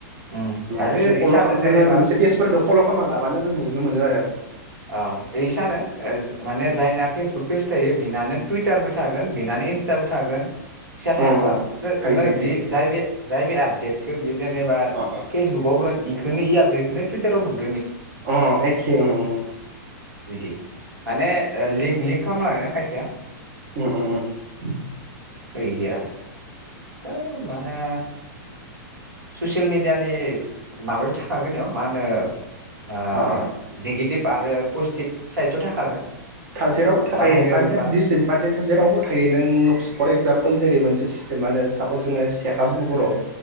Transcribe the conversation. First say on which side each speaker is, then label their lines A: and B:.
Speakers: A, on the right; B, on the right.
A: उम आरो
B: खायसे फल'
A: इसा होनो जेनेबा
B: जोङो मोनसे पेसफोरखौ फल' खालामना लाबानो नुनो मोनो आरो
A: अ इसानो माने जायना फेसबु पेसबुक पेज थायो बिनानो टुइटार बबो थागोन बिनानो इन्स्टाबो थागोन फिसा
B: अ
A: थाया होमबा नोङो
B: थायो थायो थायो
A: बे जाय बे जाय बे आब गेटखौ बेयो जेनेबा
B: थायो
A: फेसबुकआवगोन इखोनो इ आपडेटखोनो टुइटाराव मोनो
B: अ एखे उम उम
A: बिदि माने लिं लिं खालामना लायाना खायसेया
B: उम उम उम
A: बे बिदि आरो औ मा होनो? ससियेल मिडियानि माबाथ' थाखागोननियाव मा होनो ओ
B: अ
A: नेगेटिभ आरो पजिटिभ साइडथ' थाखागोन
B: जेरावबो थाखायायो
A: बाहायनो
B: एडभान्टेज
A: रोंबा
B: दिडिसएदभान्टेज जेरावबो थायो नों फर एक्जामपोल जेरै मोनसे जेनबा मानो सापज जोङो सेखा बुङो बर'आव